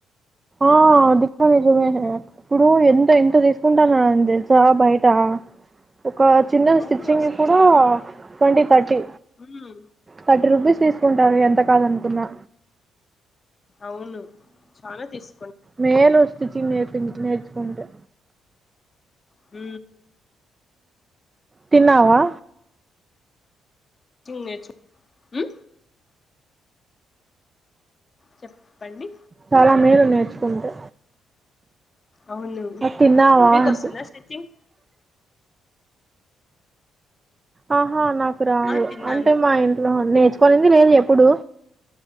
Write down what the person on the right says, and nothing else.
ఆది నిజమే ఇప్పుడు ఎంత ఎంత తీసుకుంటాను
తెలుసా బయ ట ఉ ఒక చిన్న
స్టిచ్చింగ్
కూడా
twenty thirty
thirty rupees తీసుకుంటారు ఎంత కాదనుకున్నా
మేలు స్టిచ్చింగ్ నేర్పించి నేర్చకోంటే
తిన్నావా?
చాలా మేలు నేర్చుకుంటే
తిన్నావా
అంటి
ఆహా నాకు రాదు
అంటే మా ఇంట్లో నేర్చు కొనింది లేదు ఎప్పుడు